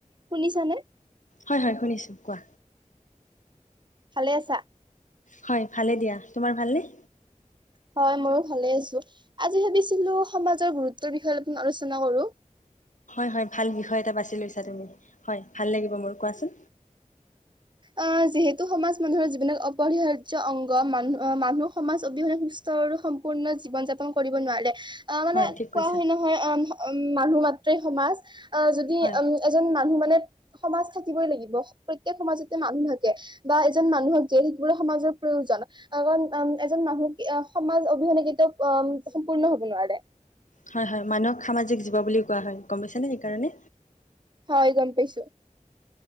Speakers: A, on the right; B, on the left.
A: শুনিছানে?
B: হয়-হয় শুনিছোঁ কোৱা।
A: ভালে আছা।
B: হয় ভালে দিয়া তোমাৰ ভালনে?
A: হয় ময়ো ভালে আছো আজি ভাবিছিলো সমাজৰ গুৰুত্বৰ বিষয়েপ আলোচনা কৰো।
B: হয় ভাল বিষয় এটা বাছি লৈছা তুমি হয়। ভাল লাগিব মোৰ কোৱা চোন?
A: আহ', যিহেতু সমাজ মানুহৰ জীৱন অপৰিহাৰ্য অংগ মানুহ আহ', মানুহ সমাজ অবিহনে সুস্থ আৰু সম্পূৰ্ণ জীৱন যাপন কৰিব নোৱাৰে। অহ ', মানে
B: হয় ঠিক
A: কোৱা
B: কৈছা
A: হয়। নহয় অহ ', <unintelligible> মানুহ মাত্ৰই সমাজ অহ ', যদি
B: হয়
A: অম ', এজন মানুহ মানে সমাজ থাকিবই লাগিব প্ৰত্যেক সমাজ মানুহাকে বা এজন মানুহক দিয়ে সেইবোৰে সমাজৰ প্ৰয়োজন কাৰণ উম ', এজন মানুহক সমাজ অবিহনে কেতিয়াও উ সম্পূৰ্ণ হব নোৱাৰে।
B: হয়-হয় মানুহক সামাজিক জীৱ বুলিও কোৱা হয় গম পাইছেনে? সেইকাৰণে,
A: হয় গম পাইছোঁ।